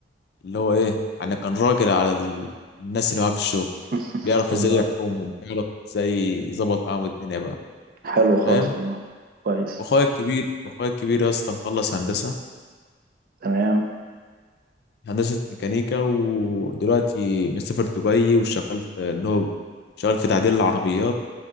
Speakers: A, on the left; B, on the right.
A: اللي هو إيه يعني كان راجل على ال- الناس اللي معاه في الشغل
B: <laughs>
A: بيعرف
B: والله
A: إزاي يحكمهم بيعرف إزاي يظبط معاهم الدنيا بقى
B: حلو خالص
A: فاهم
B: والله كويس
A: وأخويا الكبير وأخويا الكبير يا اسطى مخلص هندسة
B: تمام
A: هندسة ميكانيكا ودلوقتي مسافر دبي وشغال في إن هو شغال في تعديل العربيات